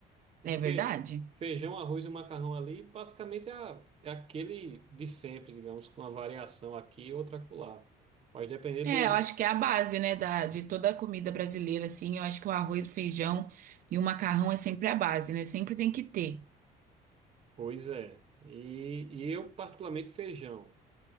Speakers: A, on the right; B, on the right.
A: O
B: É
A: fe-
B: verdade?
A: feijão, arroz e macarrão ali, basicamente é, a- é aquele de sempre, digamos, com uma variação aqui e outra acolá. Mas depender
B: É,
A: do.
B: eu acho que é a base, né, da, de toda a comida brasileira, assim. Eu acho que o arroz, o feijão e o macarrão é sempre a base, né? Sempre tem que ter.
A: Pois é. E, e eu, particularmente, feijão.